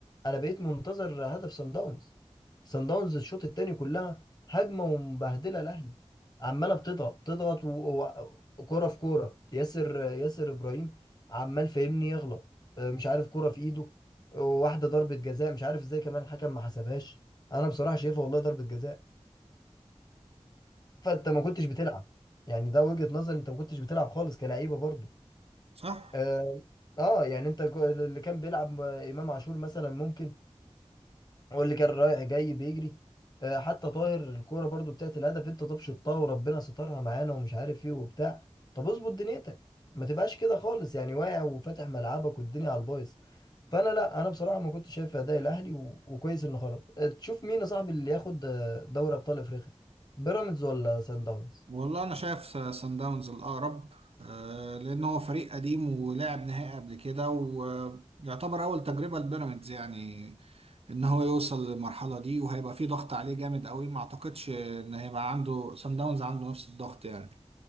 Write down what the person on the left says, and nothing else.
انا بقيت منتظر هدف صن داونز صن داونز الشوط التاني كلها هجمه ومبهدله الاهلي عماله بتضغط تضغط و- وكوره في كوره ياسر ياسر ابراهيم عمال فاهمني يغلط اه، مش عارف كوره في ايده اه، واحده ضربه جزاء مش عارف ازاي كمان الحكم ما حسبهاش انا بصراحه شايفها والله ضربه جزاء فانت ما كنتش بتلعب يعني ده وجهة نظر انت ما كنتش بتلعب خالص كلعيبه برضو
اه آه، يعني انت جو- اللي كان بيلعب امام عاشور مثلا ممكن هو اللي كان رايح جاي بيجري آه، حتى طاهر الكوره برضو بتاعت الهدف انت طب شطها وربنا سترها معانا ومش عارف ايه وبتاع طب اظبط دنيتك ما تبقاش كده خالص يعني واقع وفاتح ملعبك والدنيا على البايظ فانا لا انا بصراحه ما كنتش شايف اداء الاهلي و... وكويس انه خرج آه، تشوف مين يا صاحبي اللي ياخد آه، دوري ابطال افريقيا بيراميدز ولا سان داونز